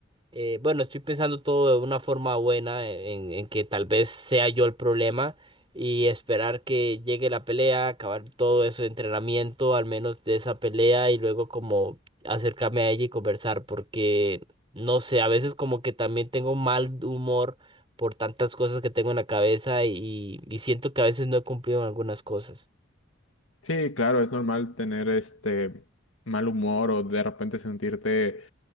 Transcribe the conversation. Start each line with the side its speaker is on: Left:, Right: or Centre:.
Right: eh, bueno, estoy pensando todo de una forma buena, eh, en, en que tal vez sea yo el problema y esperar que llegue la pelea, acabar todo ese entrenamiento, al menos de esa pelea, y luego como acercarme a ella y conversar, porque no sé, a veces como que también tengo mal humor por tantas cosas que tengo en la cabeza y, y siento que a veces no he cumplido en algunas cosas.
Left: Sí, claro, es normal tener este mal humor o de repente sentirte